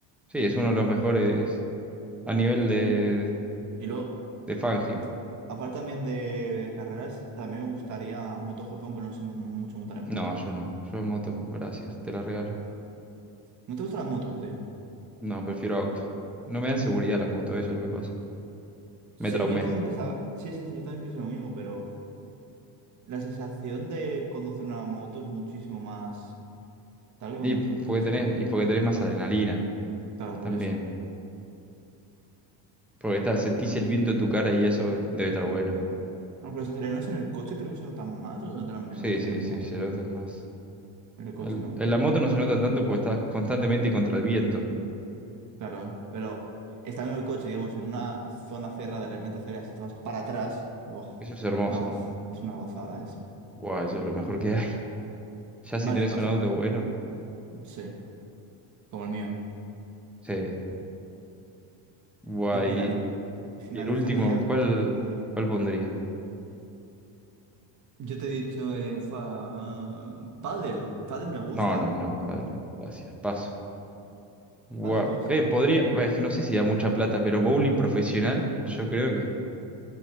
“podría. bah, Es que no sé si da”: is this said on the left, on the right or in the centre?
Centre